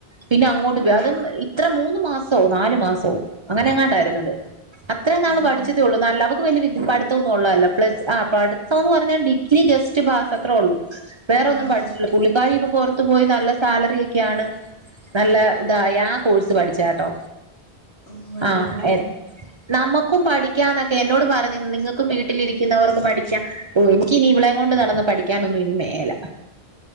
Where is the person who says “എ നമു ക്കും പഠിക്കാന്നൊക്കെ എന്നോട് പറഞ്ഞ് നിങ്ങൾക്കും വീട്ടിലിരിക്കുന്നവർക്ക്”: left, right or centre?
Right